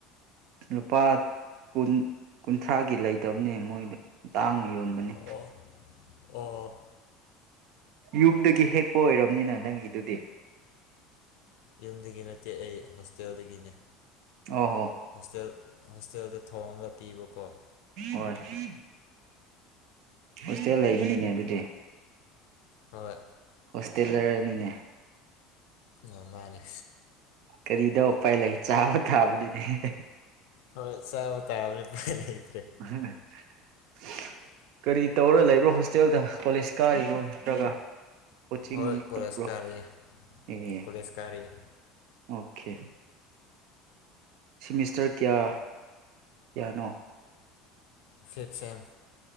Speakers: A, on the right; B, on the left.
A: ꯂꯨꯄꯥ ꯀꯨꯟ ꯀꯨꯟꯊ꯭ꯔꯥꯒꯤ ꯂꯩꯇꯕꯅꯦ ꯃꯣꯏꯗꯣ ꯇꯥꯡꯅ ꯌꯣꯟꯕꯅꯦ
B: ꯑꯣ ꯑꯣ
A: ꯌꯨꯝꯗꯒꯤ ꯍꯦꯛꯄ ꯑꯣꯏꯔꯝꯅꯤꯅ ꯅꯪꯒꯤꯗꯨꯗꯤ
B: ꯌꯨꯝꯗꯒꯤ ꯅꯠꯇꯦ ꯑꯩ ꯍꯣꯁꯇꯦꯜꯗꯒꯤꯅꯦ
A: ꯑꯣ ꯍꯣ
B: ꯍꯣꯁꯇꯦꯜ ꯍꯣꯁꯇꯦꯜꯗ ꯊꯣꯡꯉꯒ ꯄꯤꯕꯀꯣ
A: ꯍꯣꯏ ꯍꯣꯁꯇꯦꯜ ꯂꯩꯕꯅꯤꯅꯦ ꯑꯗꯨꯗꯤ
B: ꯍꯣꯏ
A: ꯍꯣꯁꯇꯦꯜ ꯂꯔꯅꯤꯅꯦ
B: ꯑꯣ ꯃꯥꯅꯦ
A: ꯀꯔꯤꯗ ꯎꯄꯥꯏ ꯂꯩ ꯆꯥꯕ ꯊꯥꯕꯅꯤꯅꯦ
B: ꯍꯣꯏ ꯆꯕꯥ ꯇꯥꯕꯅꯤ ꯎꯄꯥꯏ ꯂꯩꯇ꯭ꯔꯦ
A: ꯍꯝ <unintelligible> ꯀꯔꯤ ꯇꯧꯔ ꯂꯩꯕ꯭ꯔꯣ ꯍꯣꯁꯇꯦꯜꯗ ꯀꯣꯂꯦꯖ ꯀꯥꯔꯤꯔꯣ ꯅꯠꯇ꯭ꯔꯥꯒ ꯀꯣꯆꯤꯡꯒꯨꯝ
B: ꯍꯣꯏ ꯀꯣꯂꯦꯖ
A: ꯇꯠꯄ꯭ꯕꫭ
B: ꯀꯥꯔꯤꯌꯦ
A: ꯎꯝ
B: ꯀꯣꯂꯦꯖ ꯀꯥꯔꯤꯌꯦ
A: ꯑꯣꯀꯦ ꯁꯤꯃꯤꯁꯇꯔ ꯀꯌꯥ ꯀꯌꯥꯅꯣ
B: ꯐꯤꯞ ꯁꯦꯝ